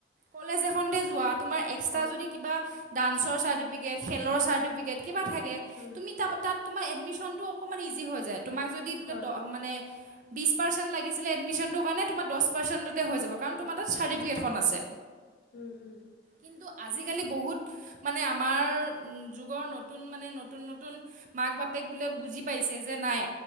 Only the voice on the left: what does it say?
অ
উম
হয়
উম উম।